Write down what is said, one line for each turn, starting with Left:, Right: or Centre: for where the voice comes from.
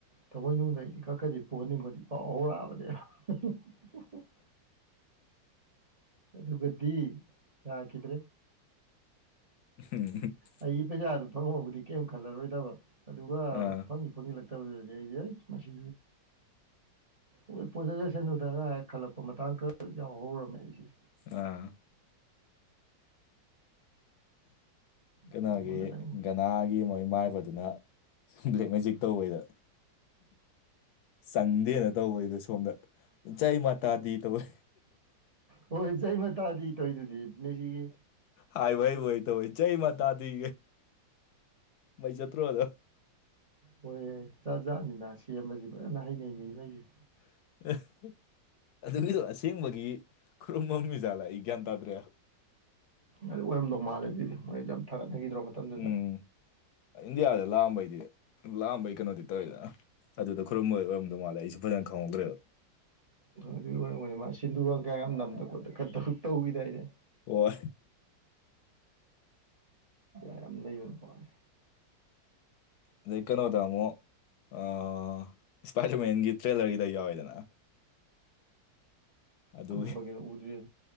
Right: ꯊꯃꯣꯏꯅꯨꯡꯗꯩ ꯈꯔ ꯈꯗꯤ ꯄꯨꯍꯟꯅꯤꯡꯕꯗꯤ ꯐꯥꯎ ꯍꯧꯔꯛꯑꯕꯅꯦ <unintelligible> ꯑꯗꯨꯒꯗꯤ ꯌꯥꯈꯤꯗ꯭ꯔꯦ
Left: ꯎꯝ <unintelligible>
Right: ꯑꯩꯒꯤ ꯄꯩꯁꯥꯗꯨ ꯐꯪꯍꯧꯕꯨꯗꯤ ꯀꯩꯝ ꯈꯜꯂꯔꯣꯏꯗꯕ ꯑꯗꯨꯒ
Left: ꯑꯥ
Right: ꯐꯪ ꯐꯡꯁꯤꯜꯂꯛꯇꯕꯗꯨꯗꯗꯤ ꯑꯩ ꯃꯁꯤ ꯍꯣꯏ ꯄꯣꯖꯆꯁꯅꯨꯗ ꯒꯥꯏ ꯈꯜꯂꯛꯄ ꯃꯇꯥꯡ ꯈꯔ ꯌꯥꯎꯍꯧꯔꯝꯃꯦ ꯑꯩꯁꯦ
Left: ꯑꯥ ꯀꯩꯅꯣꯒꯤ
Right: ꯑꯗꯨꯒꯨꯝꯕ ꯈꯇꯪ
Left: ꯑ ꯒꯅꯥꯒꯤ ꯃꯣꯏ ꯃꯥꯏꯕꯗ ꯑꯗꯨꯅ ꯕ꯭ꯂꯦꯛ ꯃꯦꯖꯤꯛ ꯇꯧꯕꯩꯗ ꯆꯪꯗꯦꯅ ꯇꯧꯕꯩꯗꯣ ꯁꯣꯝꯗ ꯖꯥꯏ ꯃꯇꯥꯗꯤ ꯇꯧꯋꯦ
Right: ꯍꯣꯏ ꯖꯩ ꯃꯇꯥꯗꯤ ꯇꯧꯏꯗꯨꯗꯤ ꯃꯦꯁꯤꯒꯤ
Left: ꯍꯥꯏꯚ ꯍꯩꯕꯣꯏ ꯍꯩꯇꯕꯣꯏ ꯖꯩ ꯃꯥꯇꯥꯗꯤ ꯃꯩ ꯆꯠꯇ꯭ꯔꯣ ꯑꯗꯨ
Right: ꯍꯣꯏ ꯖꯥꯠ ꯖꯥꯠꯅꯤꯅ ꯁꯦꯝꯕꯁꯤ ꯐꯖꯅ ꯍꯩꯅꯩ ꯃꯤ ꯃꯈꯩꯁꯦ
Left: <unintelligible> ꯑꯗꯨꯒꯤꯗꯣ ꯑꯁꯦꯡꯕꯒꯤ ꯈꯨꯔꯨꯝꯕ ꯃꯤꯖꯥꯠꯂ ꯑꯩ ꯒ꯭ꯌꯥꯟ ꯇꯥꯗ꯭ꯔꯦ
Right: ꯑꯗꯨ ꯑꯣꯏꯔꯝꯗꯧ ꯃꯥꯜꯂꯦ ꯑꯗꯨꯗꯤ ꯃꯣꯏ ꯌꯥꯝ ꯊꯥꯒꯠꯅꯈꯤꯗ꯭ꯔꯣ ꯃꯇꯝꯗꯨꯗ
Left: ꯎꯝ ꯏꯟꯗꯤꯌꯥꯗ ꯂꯥꯛꯑꯝꯕꯩꯗꯤ ꯂꯥꯛꯑꯝꯕꯩ ꯀꯩꯅꯣꯗꯤ ꯇꯧꯋꯦꯗꯅ ꯑꯗꯨꯗ ꯈꯣꯏꯔꯝꯕꯩ ꯑꯣꯏꯔꯝꯗꯧ ꯃꯥꯂꯦ ꯑꯩꯁꯨ ꯐꯅ ꯈꯪꯍꯧꯗ꯭ꯔꯦꯕ
Right: ꯑꯗꯨꯒꯤ ꯑꯣꯏꯔꯝꯒꯅꯤ ꯃꯥ ꯁꯤꯟꯗꯨꯨ ꯀꯩꯒ ꯌꯥꯝ ꯅꯝꯗ ꯈꯣꯠꯇ ꯈ ꯇꯧꯈꯤꯗꯥꯏꯅꯦ
Left: ꯑꯣ
Right: ꯌꯥꯝ ꯅꯩꯕ ꯅꯨꯄꯥꯅꯤ
Left: ꯑꯗꯩ ꯀꯩꯅꯣꯗ ꯑꯃꯨꯛ ꯑꯥ ꯏꯁꯄꯥꯏꯗꯔꯃꯦꯟꯒꯤ ꯇ꯭ꯔꯦꯂꯔꯒꯤꯗ ꯌꯥꯎꯋꯤꯗꯅ ꯑꯗꯨꯒꯤ
Right: ꯀꯔꯝꯕꯒꯤꯅꯣ ꯎꯗ꯭ꯔꯤ